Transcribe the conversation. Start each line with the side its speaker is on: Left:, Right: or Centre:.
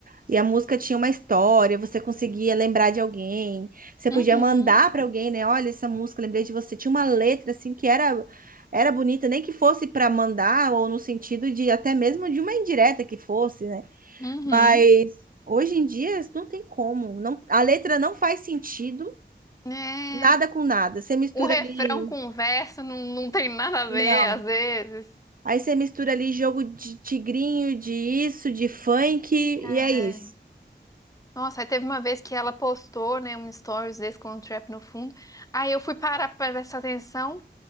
Right: E a música tinha uma história, você conseguia lembrar de alguém, você podia
Left: Uhum,
Right: mandar para alguém, né? Olha essa música, lembrei de você. Tinha uma letra assim que era era bonita, nem que fosse para mandar ou no sentido de até mesmo de uma indireta que fosse, né?
Left: uhum.
Right: Mas hoje em dia não tem como, não, a letra não faz sentido,
Left: É,
Right: nada com nada. Você mistura
Left: o refrão
Right: ali,
Left: com o verso não, não tem nada a ver,
Right: não.
Left: às vezes.
Right: Aí você mistura ali jogo de tigrinho, de isso, de funk, e
Left: É,
Right: é isso.
Left: Nossa, aí teve uma vez que ela postou, né, um stories desse com um trap no fundo. Aí eu fui parar pra prestar atenção,